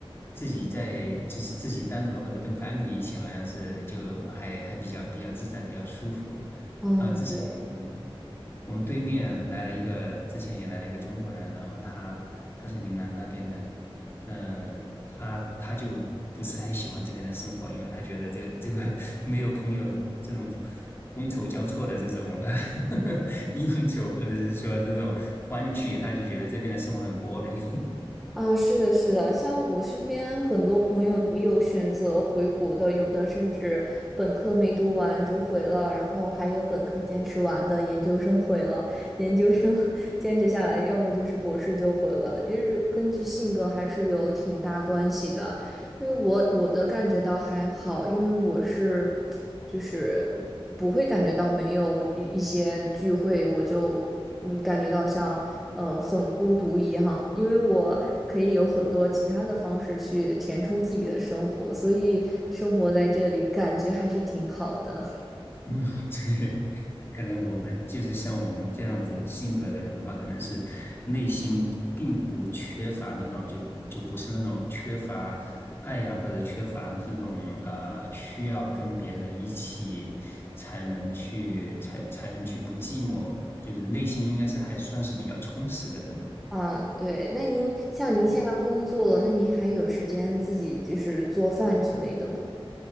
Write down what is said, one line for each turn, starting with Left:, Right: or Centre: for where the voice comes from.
Left: 自己在就是自己单独的或者跟 family 一起，好像是就还还比较比较自在，比较舒服。
Centre: 嗯，
Left: 然后之前我们
Centre: 对，
Left: 我们对面来了一个，之前也来了一个中国人，然后他他是云南那边的，嗯、他他就不是很喜欢这边的生活，因为他觉得这个这个没有朋友这种觥筹交错的这种 <laughs> 应酬，或者是说这种欢聚，他就觉得这边的生活很 boring。<laughs>
Centre: 啊，是的，是的，像我身边很多朋友也有选择回国的，有的甚至本科没读完就回了，然后还有本科坚持完的，研究生回了，研究生 <laughs> 坚持下来，要么就是博士就回了，就是根据性格还是有挺大关系的。因为我我的感觉到还好，因为我是就是不会感觉到没有一一些聚会，我就嗯感觉到像嗯、呃很孤独一样，因为我可以有很多其他的方式去填充自己的生活，所以生活在这里感觉还是挺好的。
Left: 嗯，对，可能我们就是像我们这样子性格的人的话，可能是内心并不缺乏那种，就就不是那种缺乏爱呀、或者缺乏这种呃需要跟别人一起才能去才才能去不寂寞，就是内心应该是还算是比较充实的这种。
Centre: 啊，对，那您像您现在工作了那您还有时间自己就是做饭之类的吗？
Left: 嗯